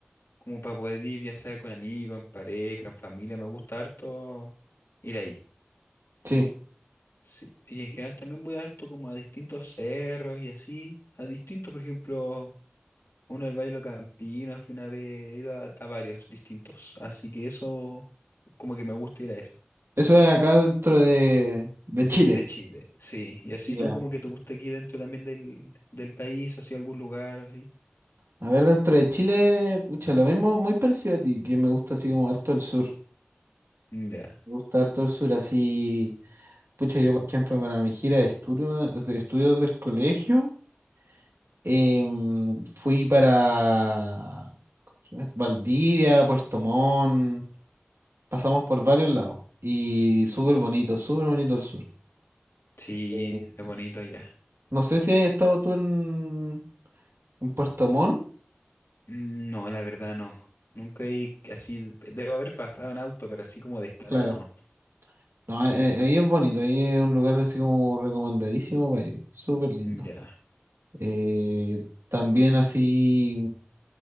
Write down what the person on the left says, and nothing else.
como para poder ir ya sea con amigos, en pareja, en familia, me gusta harto ir ahí.
Sí, y en general también voy harto como a distintos cerros y así, a distintos, por ejemplo, uno del Valle de los Campinos, fui una vez, he ido a, a varios distintos, así que eso, como que me gusta ir a eso.
De Chile, sí, y así
tú como que te gusta aquí dentro también del, del país, así algún lugar, así.
Ya,
ya.
Sí,
es bonito allá.
Mm, No, la verdad no. Nunca he así. Debo haber pasado en auto, pero así como de estar
ahí no.
Mm, Ya.